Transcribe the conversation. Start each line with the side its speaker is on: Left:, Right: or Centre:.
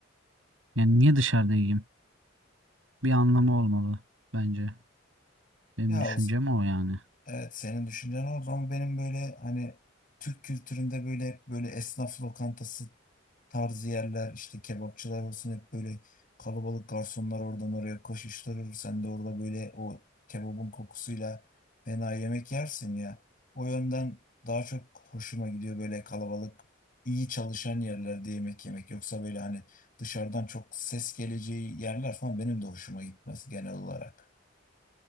Right: Yani niye dışarıda yiyeyim? bir anlamı olmalı bence. Benim
Left: Ya
Right: düşüncem
Left: o
Right: o yani.
Left: Evet senin düşüncen orada ama benim böyle hani Türk kültüründe böyle hep böyle esnaf lokantası tarzı yerler işte kebapçılar olsun hep böyle kalabalık garsonlar oradan oraya koşuşturur. Sen de orada böyle o kebabın kokusuyla fena yemek yersin ya. O yönden daha çok hoşuma gidiyor böyle kalabalık iyi çalışan yerlerde yemek yemek. Yoksa böyle hani dışarıdan çok ses geleceği yerler falan benim de hoşuma gitmez genel olarak.